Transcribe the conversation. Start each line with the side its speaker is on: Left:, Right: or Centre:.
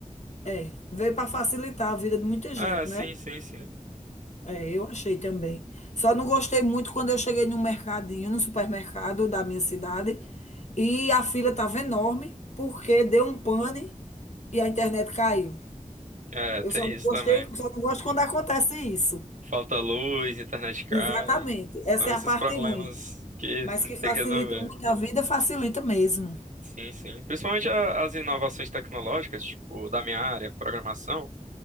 Left: é. Veio para facilitar a vida de muita
Right: Ah,
Left: gente,
Right: sim,
Left: né?
Right: sim, sim.
Left: É, eu achei também. Só não gostei muito quando eu cheguei no mercadinho, no supermercado da minha cidade, e a fila estava enorme, porque deu um pane e a internet caiu.
Right: É, tem
Left: Eu só não
Right: isso
Left: gostei,
Right: também.
Left: só não gosto quando acontece isso.
Right: Falta luz, internet cai.
Left: Exatamente.
Right: São
Left: Essa
Right: esses
Left: é a parte
Right: problemas
Left: ruim.
Right: que
Left: Mas
Right: <laughs>
Left: que facilita
Right: tem que resolver.
Left: muito a vida, facilita mesmo.
Right: Sim, sim. Principalmente a- as inovações tecnológicas, tipo, da minha área, programação,